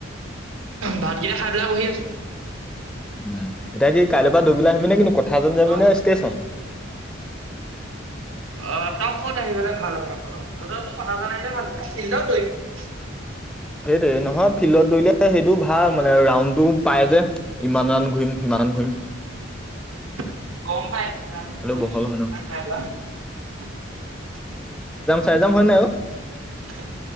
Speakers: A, on the right; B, in the centre.
A: ভাতকেইটা খাই পেলাই বহি আছো।
B: উম। এতিয়া কি কাইলৈৰ পৰা দুইবেলা আহিবি নে, কিন্তু কঠ এজন যাবি
A: তই?
B: নে ষ্টেচন?
A: অ তই ক'ত আহি পে ভাল হ'ব ম তইোৰ কথা জানাই যে ভাল হ ফিল্ড দই <unintelligible>
B: সেইটোৱে নহয়, ফিল্ডত দৰিলে সেইটো ভাল মানে ৰাউডটো পাই যে, ইমান ঘূৰিম সিমানান ঘূৰি।
A: অ গম পাই কিমান লৈছো
B: বহল হয়
A: কিমান
B: ন
A: খাই বাা <unintelligible>
B: চাইজাম হয় নাই ও?
A: হয়